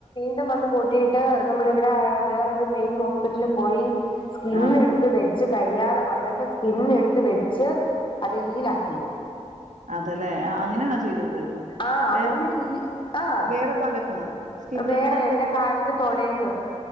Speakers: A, on the left; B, on the right.
A: തം വന്ന് പൊട്ടിയിട്ട് നമ്മള് ഇവിടെ വേറെ ഒരു മെയിൻ ഹോസ്പിറ്റലിൽ പോയി സ്കിന്ന്
B: ആ,
A: എടുത്ത് വെ ച്ച് കഴിയാതെ വന്നിട്ട് സ്കിന്ന് എടുത്ത് വെച്ച് അത് ഹീൽ ആക്കി.
B: അതലേ ആഹ് അങ്ങനെയാണോ ചെയ്തത്.
A: ആഹ് അവിടുന്ന്
B: വേറെ
A: ഹീ ആഹ്
B: വേറെ ഭാകത്ത്ന്ന് സ്കിന്ന്
A: വേറെ
B: എവിട്ന്ന എടുത്ത്
A: എന്റെ
B: വെക്ക.
A: കാലിന് തൊടേന്ന്